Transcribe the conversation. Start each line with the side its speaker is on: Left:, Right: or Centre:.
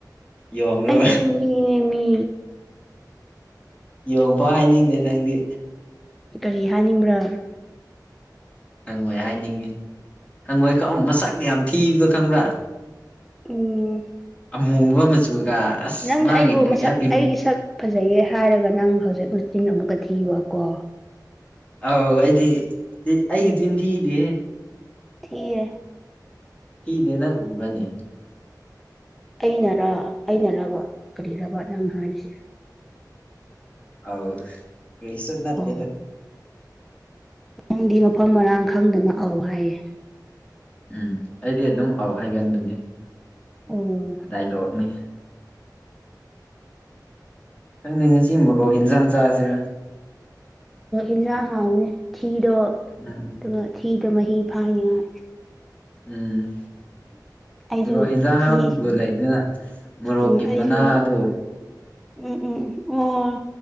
Left: ꯌꯣꯡꯉꯔꯣ
Centre: ꯌꯦꯃꯤꯌꯦꯃꯤ
Left: ꯌꯦꯡꯐꯧ ꯍꯥꯢꯅꯤꯡꯗꯦ ꯅꯪꯗꯤ
Centre: ꯀꯔꯤ ꯍꯥꯢꯅꯤꯡꯕ꯭ꯔꯥ
Left: ꯍꯪꯉꯣꯢ ꯍꯥꯢꯅꯤꯡꯉꯤ ꯍꯪꯉꯣꯢ ꯀꯑꯝ ꯃꯁꯛ ꯌꯥꯝ ꯊꯤꯕꯗꯣ ꯈꯪꯕ꯭ꯔꯥ
Centre: ꯎꯝ
Left: ꯑꯃꯨꯕ ꯃꯆꯨꯒ ꯑꯁ
Centre: ꯅꯪ
Left: ꯃꯥꯒꯤ
Centre: ꯑꯩꯕꯨ
Left: ꯀꯔꯤ
Centre: ꯃꯁꯛ
Left: ꯍꯥꯏ ꯄꯤꯝ
Centre: ꯑꯩꯒꯤ ꯁꯛ ꯐꯖꯩꯌꯦ ꯍꯥꯢꯔꯒ ꯅꯪ ꯍꯧꯖꯤꯛ ꯃꯆꯤꯟ ꯑꯃꯨꯛꯀ ꯊꯤꯕ ꯀꯣ
Left: ꯑꯧ ꯑꯩꯗꯤ ꯑꯩꯒꯤ ꯆꯤꯟ ꯊꯤꯗꯦꯍꯦ
Centre: ꯊꯤꯌꯦ
Left: ꯊꯤꯗꯦ ꯅꯪ ꯎꯕ꯭ꯔꯅꯦ
Centre: ꯑꯩꯅꯔ ꯑꯩꯅꯔꯕꯥ ꯀꯔꯤꯔꯕ ꯅꯪ ꯍꯥꯢꯁꯦ
Left: ꯑꯧ ꯀꯔꯤꯁꯨ ꯅꯠꯇꯦꯗ
Centre: ꯑꯧ ꯅꯪꯗꯤ ꯃꯐꯝ ꯃꯔꯥꯡ ꯈꯪꯗꯅ ꯑꯧ ꯍꯢꯌꯦ
Left: ꯎꯝ ꯑꯩꯗꯤ ꯑꯗꯨꯝ ꯑꯧ ꯍꯥꯢꯒꯟꯕꯅꯦ
Centre: ꯑꯣ
Left: ꯗꯥꯏꯂꯣꯠꯅꯤ ꯊꯪꯅꯤ ꯉꯤꯁꯤ ꯃꯣꯔꯣꯛ ꯍꯦꯟꯖꯥꯡ ꯆꯥꯁꯤꯔ
Centre: ꯏꯖꯥꯡ ꯍꯥꯎꯅꯤ ꯊꯤꯗꯣ
Left: ꯎꯝ
Centre: ꯑꯗꯨꯒ ꯊꯤꯗꯣ ꯃꯍꯤ ꯐꯥꯏꯅꯤꯉꯥꯏ
Left: ꯎꯝ
Centre: ꯑꯩꯁꯨ
Left: ꯃꯣꯔꯣꯛ ꯍꯦꯟꯖꯥꯡ
Centre: ꯊꯤ
Left: ꯍꯥꯕꯨ ꯂꯩꯗꯅ ꯃꯣꯔꯣꯛꯀꯤ
Centre: ꯎꯝ ꯑꯩꯁꯨ
Left: ꯃꯅꯥ ꯑꯗꯨ
Centre: ꯎꯝ ꯎꯝ ꯑꯣ